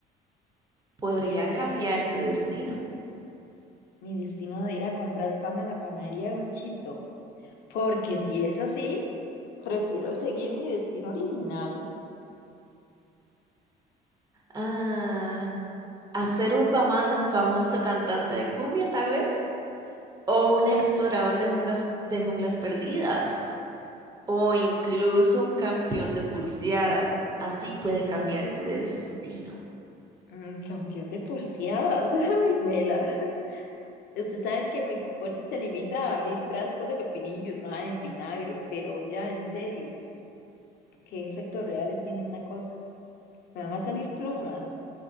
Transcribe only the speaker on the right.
podría
cambiar
su destino.
Ah, ¿hacer un fama- famoso cantante de cumbia, tal vez? ¿O un explorador
de junglas, de junglas perdidas? ¿O incluso un campeón de pulseadas? Así puede
cambiar
tu destino.